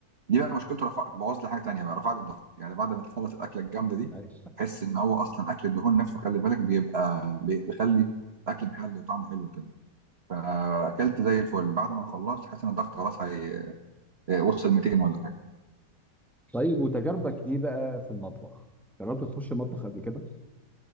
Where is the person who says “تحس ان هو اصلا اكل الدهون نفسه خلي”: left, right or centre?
Right